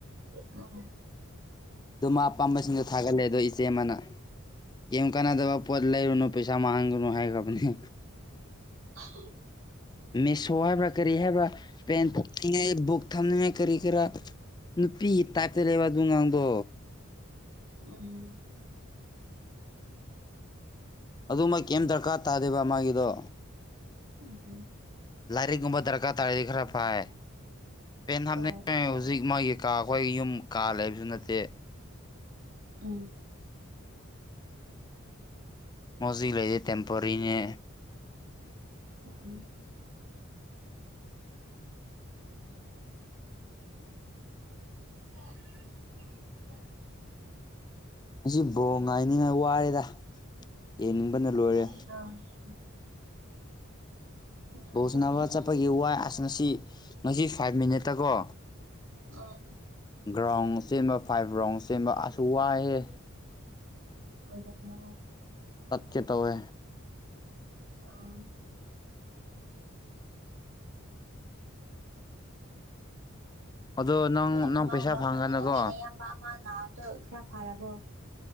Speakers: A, on the right (about 65°); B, on the left (about 20°).
A: ꯑ
B: ꯑꯗꯨꯣ ꯃꯥ ꯑꯄꯥꯝꯕꯁꯤꯡꯗꯣ ꯊꯥꯒꯠꯂꯦ ꯑꯗꯣ ꯏꯆꯦ ꯑꯃꯅ ꯀ ꯀꯥꯟꯅꯗꯕ ꯄꯣꯠ ꯂꯩꯔꯨꯅꯨ ꯄꯩꯁꯥ ꯃꯥꯡꯒꯨꯅꯨ ꯍꯥꯏꯈ꯭ꯔꯕꯅꯦ
A: <inaudible>
B: ꯃꯦꯁꯣ ꯍꯥꯏꯕ꯭ꯔꯥ ꯀꯔꯤ ꯍꯥꯏꯕ꯭ꯔꯥ ꯄꯦꯟ ꯑꯉꯩ ꯕꯨꯛ ꯊꯝꯅꯤꯡꯉꯥꯏ ꯀꯔꯤ ꯈꯔ ꯅꯨꯄꯤꯒꯤ ꯇꯥꯏꯞꯇ ꯂꯩꯕ ꯑꯗꯨ ꯉꯥꯡꯗꯣ
A: ꯎꯝ
B: ꯑꯗꯨꯃꯛ ꯀꯩꯝ ꯗꯔꯀꯥꯔ ꯇꯥꯗꯦꯕ ꯃꯥꯒꯤꯗꯣ
A: ꯎꯝ
B: ꯂꯥꯏꯔꯤꯛꯀꯨꯝꯕ ꯗꯔꯀꯥꯔ ꯇꯥꯔꯗꯤ ꯈꯔ ꯐꯥꯏ ꯄꯦꯟ ꯍꯥꯞꯅꯤꯡ
A: ꯍꯣꯏ
B: ꯍꯧꯖꯤꯛ ꯃꯣꯏꯒꯤ ꯀꯥ ꯑꯩꯈꯣꯏ ꯌꯨꯝ ꯀꯥ ꯂꯩꯕꯁꯨ ꯅꯠꯇꯦ
A: ꯑ
B: ꯃꯣꯖꯤꯛ ꯂꯩꯔꯤꯦ ꯇꯦꯝꯄꯣꯔꯤꯅꯦ
A: ꯎꯝ ꯎ
B: ꯉ ꯕꯣ ꯉꯥꯏꯅꯤꯉꯥꯏ ꯋꯥꯔꯦꯗ ꯌꯦꯡꯅꯤꯡꯕꯅ ꯂꯣꯏꯔꯦ
A: ꯂꯩꯔꯣ ꯂꯩꯔꯣ ꯉꯥꯏꯍꯥꯛ
B: ꯧꯖꯅꯕ
A: ꯇꯨꯝꯈꯤꯒꯦ
B: ꯆꯠꯄꯒꯤ ꯋꯥꯏ ꯑꯁ ꯉꯁꯤ ꯉꯁꯤ ꯐꯥꯏꯚ ꯃꯤꯅꯤꯠꯇ ꯀꯣ
A: ꯎꯝ
B: ꯒ꯭ꯔꯥꯎꯟ ꯁꯦꯝꯕ ꯐꯥꯏꯚ ꯔꯒ꯭ꯔꯥꯎꯟ ꯆ ꯁꯦꯝꯕ ꯑꯁꯨ ꯋꯥꯏꯑꯦ
A: ꯑꯣꯏ ꯌꯥꯝꯅꯦ
B: ꯇꯠꯀꯤꯦ ꯇꯧꯋꯦ
A: ꯑ ꯎꯝ
B: ꯑꯗꯣ ꯅꯪ
A: ꯅꯣꯏ
B: ꯅꯪ
A: ꯃꯃꯥ
B: ꯄꯩꯁꯥ
A: ꯕꯕꯥ
B: ꯐꯪꯒꯅꯀꯣ
A: ꯈꯣꯏꯗꯤ ꯅꯪꯒꯤꯅ ꯏꯌꯥꯝꯕ ꯑꯃ ꯅꯥꯕꯗꯣ ꯈꯔ ꯐꯔꯕꯣ